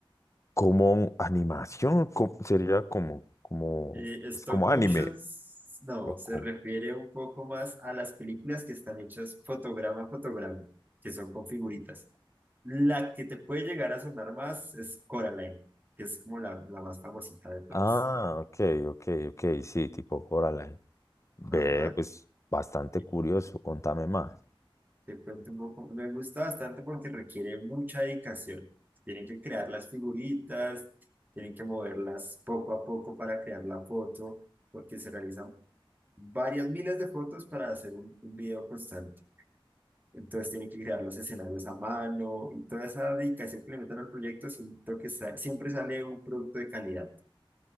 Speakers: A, on the left; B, on the right.
A: Como animación, co- sería como, como,
B: Eh, stop
A: es como
B: motions,
A: anime.
B: no,
A: O
B: se
A: como.
B: refiere un poco más a las películas que están hechas fotograma a fotograma, que son con figuritas. La que te puede llegar a sonar más es Coraline, que es como la, la más famosita de todas.
A: Ah, ok, ok, ok, sí, tipo Coraline. Ve,
B: Ajá,
A: pues bastante
B: y
A: curioso, contame más.
B: te cuento un poco, me gusta bastante porque requiere mucha dedicación. Tienen que crear las figuritas, tienen que moverlas poco a poco para crear la foto, porque se realizan varias miles de fotos para hacer un un video constante. Entonces tienen que crear los escenarios a mano y toda esa dedicación que le meten al proyecto, siento que sa- siempre sale un producto de calidad.